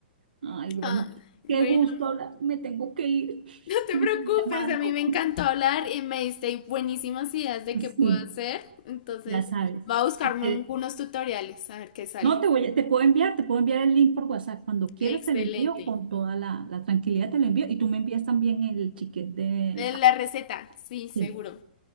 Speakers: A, on the right; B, on the left.
A: Ay, bueno.
B: Ah, bueno,
A: Qué gusto hablar. Me tengo que ir.
B: <laughs> No
A: <laughs>
B: te
A: Me
B: preocupes,
A: están llamando.
B: a mí me encantó hablar y me diste buenísimas ideas de qué puedo
A: Sí,
B: hacer. Entonces,
A: ya sabes.
B: voy a buscarme
A: Si quieres.
B: un- unos tutoriales a ver qué sale.
A: No, te voy, a- te puedo enviar, te puedo enviar el link por WhatsApp. Cuando quieras
B: Excelente.
A: te lo envío con toda la, la tranquilidad, te lo envío. Y tú me envías también el chiquete de...
B: Eh, La receta, sí, seguro.
A: Sí.